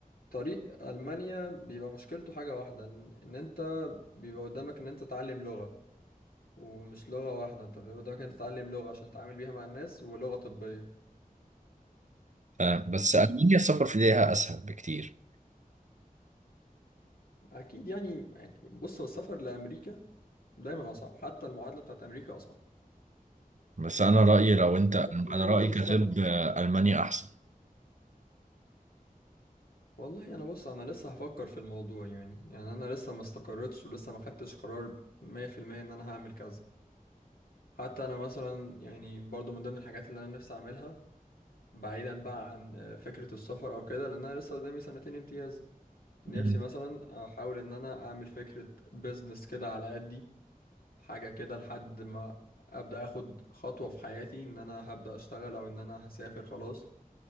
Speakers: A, on the left (about 80°); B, on the right (about 55°).
A: طريق المانيا بيبقى مشكلته حاجه واحده ان ان انت بيبقى قدامك ان انت تتعلم لغه ومش لغه واحده انت بيبقى قدامك ان انت تتعلم لغه عشان تتعامل بيها مع الناس ولغه طبيه
B: آه، بس ألمانيا السفر في ليها أسهل بكتير
A: فاكيد يعني يعني بص هو السفر لامريكا دايما اصعب حتى المعادله بتاعت امريكا اصعب
B: بس أنا رأيي لو أنت
A: بس الدنيا
B: أنا
A: برضه
B: رأيي كطب
A: مش سهلة
B: آه، ألمانيا أحسن
A: والله انا بص انا لسه هفكر في الموضوع يعني يعني انا لسه ما استقرتش ولسه ما خدتش قرار 100% ان انا هعمل كذا حتى انا مثلا يعني برضه من ضمن الحاجات اللي انا نفسي اعملها بعيدا بقى عن آه، فكرة السفر او كده لان انا لسه قدامي سنتين امتياز نفسي
B: مم.
A: مثلا احاول ان انا اعمل فكرة بيزنس كده على قدي حاجة كده لحد ما ابدا اخد خطوة في حياتي ان انا هبدا اشتغل او ان انا هسافر خلاص